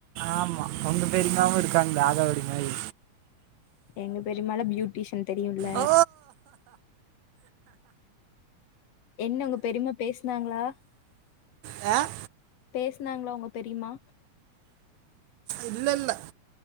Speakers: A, on the right; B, on the left.
A: ஆமா உங்க பெரிமாவு இருக்காங்கள ஆடாவடி மாரி
B: எங்க பெரிமாலா பியூ டிஷன் தெரியுல
A: ஓ
B: என்ன உங்க பெரிமா பேசுனாங்ளா
A: அ
B: பேஸ்னாங்ளா உங்க பெரிமா
A: இல்லல்ல